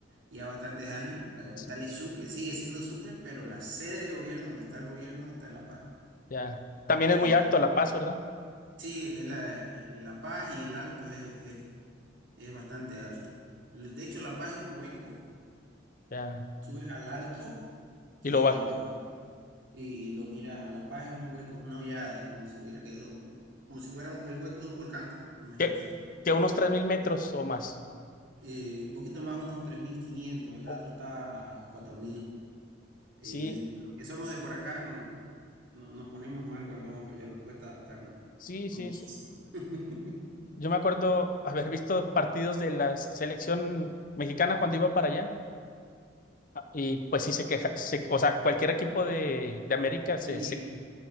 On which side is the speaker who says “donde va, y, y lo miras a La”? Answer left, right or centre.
Right